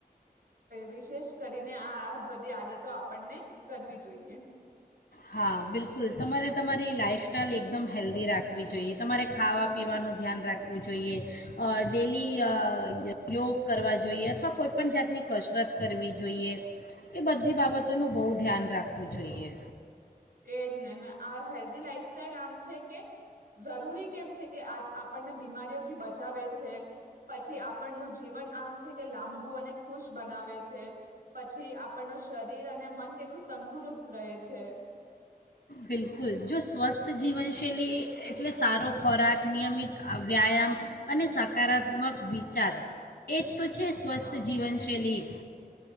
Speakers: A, on the right; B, on the left.
A: વિશેષ કરીને આ બધી આદતો આપણને કરવી જોઈએ.
B: હા બિલકુલ તમારે તમારી લાફસ્ટાઇલ એકદમ હેલ્ધી રાખવી જોઈએ. તમારે ખાવા પીવાનું ધ્યાન રાખવું જોઈએ. અ ડેલી અ યોગ કરવા જોઈએ. અથવા કોઈપણ જાતની કસરત કરવી જોઈએ. એ બધી બાબતોનું બહુ ધ્યાન રાખવું જોઈએ.
A: એજ ને આ હેલ્ધ લાઈફ લ આમ છે કે જરૂરી કેમ છે કે આપણને બીમારીઓથી બચાવે છે પછી આપણનું જીવન આમ છે કે લાંબુ અને ખુશ બનાવે છે પછી આપણનું શરીર અને મન કેટલું તંદુરસ્ત રહે છે.
B: બિલકુલ જો સ્વસ્થ જીવનશૈલી એટલે સારો ખોરાક નિયમિત વ્યાયામ અને સકારાત્મક વિચાર એ તુછી સ્વસ્થ
A: હા
B: જીવન શૈલી